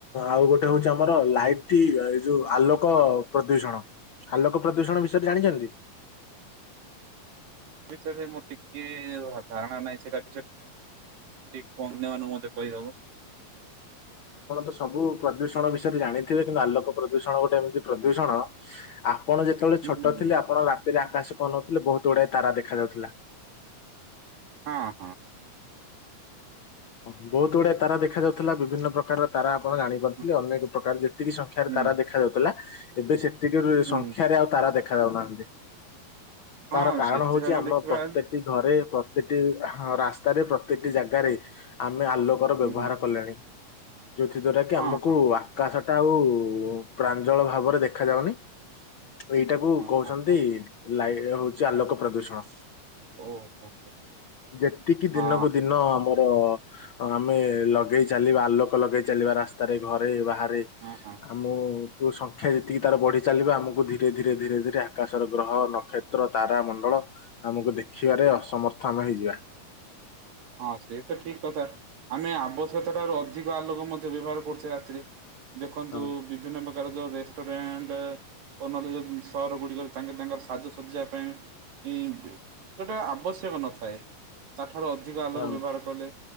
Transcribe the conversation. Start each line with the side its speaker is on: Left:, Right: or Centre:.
Left: ଆଉ ଗୋଟେ ହଉଛି ଆମର ଲାଇଟି ଏ ଯୋଉ ଆଲୋକ ପ୍ରଦୂଷଣ। ଆଲୋକ ପ୍ରଦୂଷଣ ବିଷୟରେ ଜାଣିଚନ୍ତି?
Right: ବିଷୟରେ ମୋ ଟିକିଏ ହୋ ଧାରଣା ନାହିଁ ସେଇଟା <unintelligible> ଟି ଅନ୍ୟମାନଙ୍କୁ ମଧ୍ଯ କହିହବ।
Left: ଆପଣ ତ ସବୁ ପ୍ରଦୂଷଣ ବିଷୟରେ ଜାଣିଥିବେ। କିନ୍ତୁ ଆଲୋକ ପ୍ରଦୂଷଣ ଗୋଟେ ଏମିତି ପ୍ରଦୂଷଣ, ଆପଣ ଯେତେବେଳେ
Right: ହୁଁ
Left: ଛୋଟ
Right: ହୁଁ
Left: ଥିଲେ ଆପଣ ରା ତିରେ ଆକାଶକୁ ଅନଉଥିଲେ ବହୁତ ଗୁଡାଏ ତାରା ଦେଖା ଯାଉଥିଲା।
Right: ହଁ, ହଁ।
Left: ଓ ହଁ, ବହୁତ ଗୁଡା ତାରା ଦେଖାଯାଉଥିଲା ବିଭିନ୍ନ ପ୍ରକାର ତାରା ଆପଣ ଜାଣିପାରୁଥିଲେ
Right: ହୁଁ
Left: ଅନେକ ପ୍ରକାର ଯେତିକି ସଂଖ୍ୟାରେ
Right: ହୁଁ
Left: ତାରା ଦେଖା ଯାଉଥିଲା ଏବେ ସେତିକ ରେ
Right: ହୁଁ
Left: ସଂଖ୍ୟାରେ ଆଉ ତାରା ଦେଖା ଯାଉନାହାନ୍ତି।
Right: ହଁ
Left: ତାର କାରଣ
Right: ସେତେ
Left: ହଉଛି
Right: ଜଣ
Left: ଆମ
Right: ଦେଖିବା
Left: ପ୍ରତ୍ୟେକ ଟି ଘରେ ପ୍ରତଟି ରାସ୍ତାରେ ପ୍ରତି ଟି ଜାଗାରେ ଆମେ ଆଲୋ ର
Right: ହୁଁ
Left: ବ୍ୟବହାର
Right: ହୁଁ
Left: କଲେଣି। ଯୋଉଥି ଦ୍ଵାରା କି
Right: ହଁ
Left: ଆମକୁ
Right: ହଁ
Left: ଆକାଶ ଟା ଆଉ ପ୍ରାଞ୍ଜଳ ଭାବରେ ଦେଖା ଯାଉନି। ଏଇଟାକୁ
Right: ହଁ
Left: କହୁଛନ୍ତି
Right: ହଁ ହଁ
Left: ଲାଇ ହଉଛି ଆଲୋକ ପ୍ରଦୂଷଣ।
Right: ଓହୋ ହୋ
Left: ଯେତିକି
Right: ହଁ
Left: ଦିନକୁ ଦିନ ଆମର ଆଉ ଆମେ ଲଗେଇ ଚାଲିବା ଆଲୋକ ଲଗେଇ ଚାଲିବା ରାସ୍ତାରେ ଘରେ ବାହାରେ।
Right: ହଁ ହଁ।
Left: ଆମକୁ ସଂଖ୍ୟା ଯେତିକି ତାର ବଢି ଚାଲିବ ଆମକୁ ଧୀରେ ଧୀରେ ଧୀରେ ଧୀରେ ଆକାଶର ଗ୍ରହ ନକ୍ଷ ତାରା ମଣ୍ଡଳ ଆମକୁ ଦେଖିବାରେ ଅସମର୍ଥ ଆମେ ହେଇଯିବା।
Right: ହଁ ସେଇ ତ ଠିକ କଥା। ଆମେ ଆବଶ୍ୟତା ଠାରୁ ଅଧିକ ଆଲୋକ ମଧ୍ୟ ବ୍ୟବହାର କରୁଛେ ରାତିରେ। ଦେଖନ୍ତୁ
Left: ହଁ
Right: ବିଭିନ୍ନ ପ୍ରକାର ଯରେ <unintelligible> ସହର ଗୁଡିକରେ ତାଙ୍କେ ତାଙ୍କର ସାଜସଜା ପାଇଁ ଏଇ ଯୋଉଟା ଆବଶ୍ୟକ ନଥାଏ ତା ଠାରୁ ଅଧିକ ଆଲୋକ
Left: ହଁ
Right: ବ୍ୟବହାର କଲେ।